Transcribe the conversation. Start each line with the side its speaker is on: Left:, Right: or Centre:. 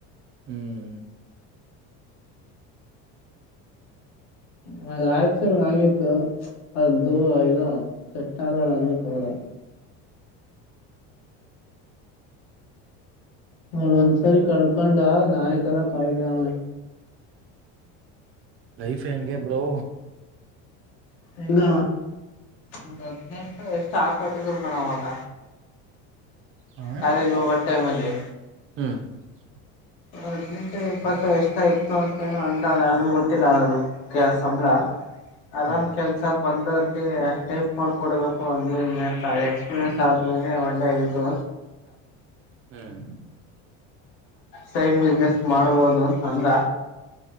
Right: ಹ್ಮ್ <unintelligible>
Left: ಮೆ ಆಯ್ಚರು ಆಗಿತ್ತು ಅದ್ದು ಇದು ಸೆಟ್ ಆಗಲ್ಲ ಅಂದ್ ಹೋದ ಹಂಸಲೇ ಕಳೆದುಕೊಂಡ ನಾಯಕರ ಕಾಯ್ತಾ ಅವ್ನೆ
Right: ಲೈಫ್ ಹೆಂಗೆ ಬ್ರೋ
Left: ಹೆಂಗ ಒಂದ್ ಹದ್ನೈದು ಎಷ್ಟು ಹಾಲು ಕೊಟ್ಟಿದ್ರು ಕಣೋ ಅವಾಗ
Right: ಹ
Left: ಕಾಲೇಜ್ ಹೋಗುವ ಟೈಮ್ ಅಲ್ಲಿ
Right: ಹ್ಮ್ <unintelligible>
Left: ಹದ್ನೆಂಟ ಇಪ್ಪತ್ತು ಎಷಅಂತ ಎಷ್ಟು ಅಂದ ನನಗೆ ಗೊತ್ತಿಲ್ಲ ಕಣೋ
Right: ಹ್ಮ್
Left: ಕೆಲಸ ಬಂದೋರ್ಗೆ ಟೈಪ್ ಮಾಡಿಕೊಳ್ಳುವುದಪ್ಪ ಎಕ್ಸ್ಪೀರಿಯನ್ಸ್ ಆದಮೇಲೆ ಒಳ್ಳೆಯದು
Right: ಹ್ಮ್
Left: ಹ್ಯಾಪಿನೆಸ್ ಮಾಡಬಹುದಾ ಅಂತ ಅಂದ